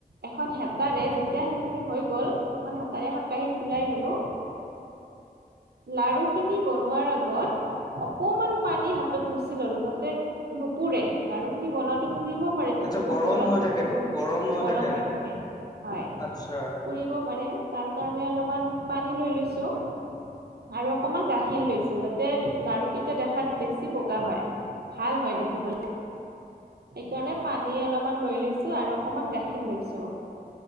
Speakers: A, on the right; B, on the left.
A: এখন হেতাৰে যেতিয়া সেইখিনি হৈ গল এখন হেতাৰে এখন কাঁহীত ওলাই ললো লাৰু খিনি বনোৱাৰ আগত অকমান পানী হাতত মুচি ললো যাতে নুপুৰে লাাৰু খিনি বনাওতে ফুৰিব পাৰেতো
B: আচ্ছা
A: বহুত গৰম
B: হৈ থাকেতো
A: থাকে
B: গৰম
A: গৰম হৈ
B: না।
A: থাকে হয় ।
B: আচ্ছা
A: পুৰিব পাৰে তাৰ কাৰণে অলপমান পানী লৈ লৈছোঁ । আৰু অকমান গাখীৰ লৈছো যাতে লাৰুকেইটা দেখাত বেছি বগা হয় । ভাল হয় দেখিবলে সেইকাৰণে পানী অলপমান দৈ লৈছো আৰু অকমান গাখীৰ লৈছো